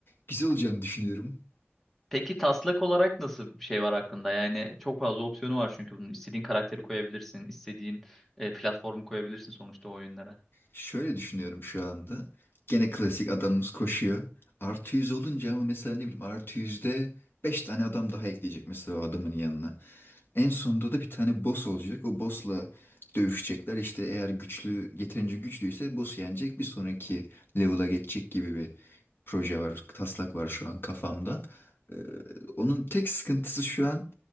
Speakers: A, on the left; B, in the centre.
A: Güzel olacağını düşünüyorum.
B: Peki taslak olarak nasıl bir şey var hakkında? Yani çok fazla opsiyonu var çünkü bunun istediğin karakteri koyabilirsin, istediğin e, platformu koyabilirsin sonuçta o oyunlara.
A: Şöyle düşünüyorum şu anda. Gene klasik adamımız koşuyor. Artı 100 olunca ama mesela ne bileyim artı yüzde 5 tane adam daha ekleyecek mesela o adamın yanına. En sonunda da bir tane boss olacak. O boss'la dövüşecekler. İşte eğer güçlü, yeterince güçlüyse boss'u yenecek. Bir sonraki level'a geçecek gibi bir proje var. Taslak var şu an kafamda. Ee, onun tek sıkıntısı şu an